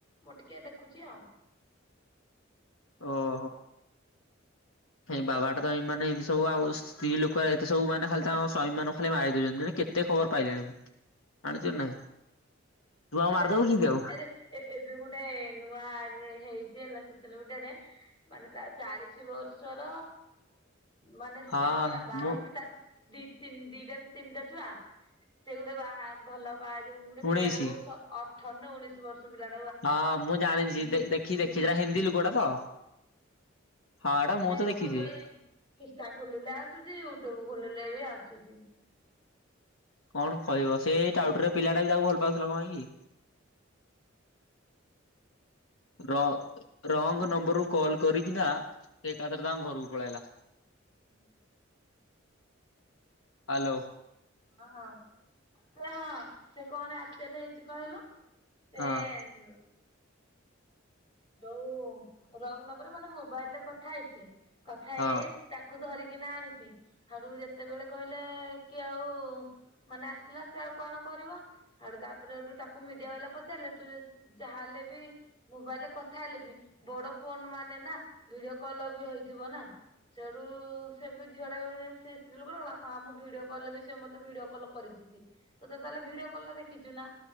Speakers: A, on the left; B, on the left.
A: ମୁଁ ଟିକେ ଦେଖୁଛି ଆଉ।
B: ଓହୋ। ଏଇ ବାବାଟା ତ ଏଇ ମାନେ ଏମିତି ସବୁ ଆଉ ସ୍ତ୍ରୀ ଲୋକ ଏତେ ସବୁ ମାନେ ଖାଲି ତାଙ୍କ ସ୍ଵାମୀ ମନଙ୍କୁ ଖାଲି ମାରି ଦଉଛନ୍ତି ମାନେ କେ ଏତେ ଖବର ପାଇଲିଣି ମୁଁ ଆଣିଛ ନାହିଁ ତୁ ଆଉ
A: ଆରେ
B: ମାରିଦବୁ
A: ଏବେ
B: କିଇଁତି ଆଉ।
A: ଆରେ ଏ ଏବେ ଗୋଟେ ନୂଆ ରେ ହେଇଛି ହେଲା ସୋସିଆଲ ମିଡିଆରେ ମାନେ ତା ଚାଳିଶି ବର୍ଷର ମାନେ ସ୍ତ୍ରୀ
B: ହଁ
A: ଲୁକଟା ବାହା
B: ମୁଁ
A: ହେଇଚି ତାର ଦି ଦିଇଟାନା ତିନିଟା ଛୁଆ ସେ ଗୋଟେ ବାହା ଭଲ ବାହା ଯୋଉ ଗୋଟେ
B: ଉଣେଇଶି
A: ପିଲାଟାକୁ ଅ ଅଠନ ଉଣିଶି ବର୍ଷ ବି ରା
B: ହଁ ମୁଁ ଜାଣିଚି ଦେଖି ଦେଖିଥିଲା ହିନ୍ଦୀ ଲୋକଟା ତ। ହଁ ଏଟା
A: ଏଇନା
B: ମୁଁ ତ ଦେଖିଚି।
A: ସବୁବେଳେ ଇନଷ୍ଟା ଖୋଲିଲେ ଆସୁଚି ୟୁଟ୍ୟୁବୁ ଖୋଲିଲେ ବି ଆସୁଚି।
B: କଣ କହିବ ସେଇ ଟାଉଟର୍ ପିଲାଟା ବି ତାକୁ ଭଲ ପାଉଥିଲା କଣ ପାଇଁ କି? ର ରଙ୍ଗ ନମ୍ବରରୁ କଲ କରିକିନା। ସେ ଏକାଥରେ ତାଙ୍କ ଘରକୁ ପଳେଇ ଆଇଲା।
A: ହୁଁ।
B: ହାଲୋ।
A: ହଁ ହଁ ସେ ହଁ ସେ କଣ ଆକ୍ଚୁଆଲି ହେଇଛି କହିଲୁ? ସେ
B: ହଁ
A: ଉଁ। ଯୋଉ ରଙ୍ଗ ନବର ମାନେ ମୋବାଇଲରେ କଥା ହେଇଚି କଥା ହେଇଚି କଥା
B: ହଁ
A: ହେଇ ହେଇ ତାକୁ ଧରିକିନା ଆଣିଚି ଆଡୁ ଯେତେବେଳେ କହିଲେ କି ଆଉ ମାନେ ଆସିଲା ସେ ଆଉ କଣ କରିବ। ଆଡୁ ତାପରେ ହେଠୁ ତାକୁ ମିଡିଆ ବାଲା ପଚାରିଲେ ତୁ ଯ ଯାହାଲେ ବି ମୋବାଇଲେ କଥା ହେଲେ ବି ବଡ ଫୋନ ମାନେ ନା ଭିଡିଓ କଲ ବି ହେଇଥିବ ନା। ସେଇଠୁ ସେ ବି ଝିଅ ଟା ସେ ସ୍ତ୍ରୀ ଲୋକଟା କହିଲା ହଁ ମୁଁ ଭିଡିଓ କଲରେ ବି ସେ ମତେ ଭିଡିଓ କଲ କରିଚନ୍ତି। ତୁ ତତ ତାହେଲେ ଭିଡିଓ କଲଲେ ଦେଖିଛୁ ନା?